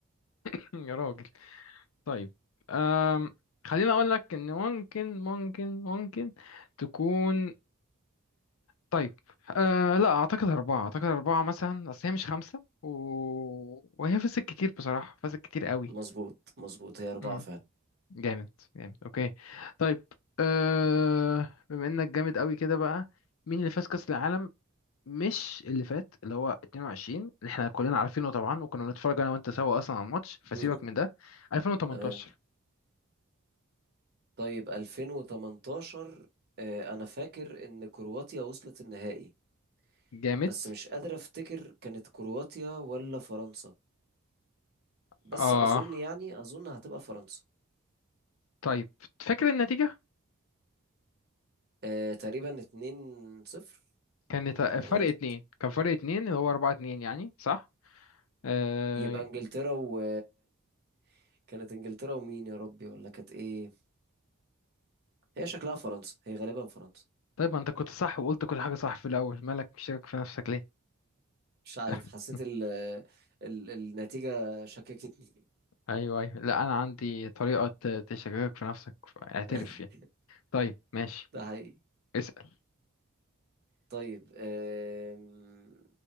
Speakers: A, on the left; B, on the right.
A: <laughs> يا راجل طيب أم... خليني اقول لك ان ممكن ممكن ممكن تكون طيب آه لا اعتقد اربعة اعتقد اربعة مثلا اصل هي مش خمسة و... وهي فازت كتير بصراحة فازت كتير قوي
B: مظبوط مظبوط هي أربعة
A: امم
B: فعلا
A: جامد جامد اوكي طيب آه بما انك جامد قوي كده بقى مين اللي فاز كأس العالم مش اللي فات اللي هو 22 اللي احنا كلنا عارفينه طبعا وكنا بنتفرج انا وانت سوا اصلا على الماتش فسيبك
B: <laughs>
A: من ده 2018
B: تمام طيب 2018 آه، انا فاكر ان كرواتيا وصلت النهائي
A: جامد
B: بس مش قادر افتكر كانت كرواتيا ولا فرنسا بس
A: اه
B: اظن يعني اظن هتبقى فرنسا
A: طيب فاكر النتيجة
B: آه، تقريبا 2-0
A: كانت
B: ولا
A: فرق
B: غلط
A: اتنين كان فرق اتنين اللي هو اربعة اتنين يعني صح آه،
B: يبقى انجلترا و <laughs> كانت انجلترا ومين يا ربي ولا كانت ايه هي شكلها فرنسا هي غالبا فرنسا
A: طيب ما انت كنت صح وقلت كل حاجة صح في الأول مالك مشكك في نفسك ليه؟
B: مش عارف
A: <laughs>
B: حسيت ال... ال... النتيجة شككتني
A: أيوه أيوه لا أنا عندي طريقة ت- تشككك في نفسك اعترف
B: <laughs>
A: فيها طيب ماشي
B: ده حقيقي
A: اسأل
B: طيب آم،